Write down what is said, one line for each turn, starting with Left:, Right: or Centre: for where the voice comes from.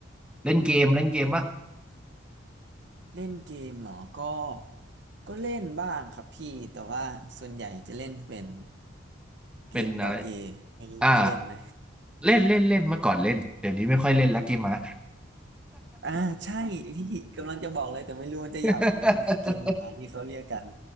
Centre: เล่นเกมเล่นเกมป่ะ
Right: เล่นเกมเหรอ ก็ก็เล่นบ้างครับพี่แต่ว่าส่วนใหญ่จะเล่นเป็นเกม
Centre: เป็นอะไร
Right: .A ไม่รู้พี่เล่นไหม
Centre: อ่าเล่นเล่นเล่นเมื่อก่อนเล่นเดี๋ยวนี้ไม่ค่อยเล่นละเกมหมา
Right: ออ <laughs> อ่าใช่พี่กำลังจะบอกเลยแต่ไม่รู้มันจะหยาบไหมมันคือเกมหมาที่เขาเรียกกัน
Centre: <laughs>